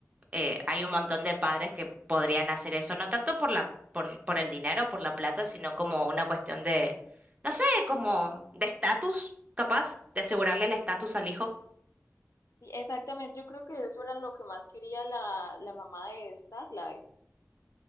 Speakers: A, on the right; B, on the left.
A: eh, hay un montón de padres que podrían hacer eso, no tanto por la, por, por el dinero, por la plata, sino como una cuestión de, no sé, como de estatus, capaz, de asegurarle el estatus al hijo.
B: Sí, exactamente, yo creo que eso era lo que más quería la, la mamá de Starlight,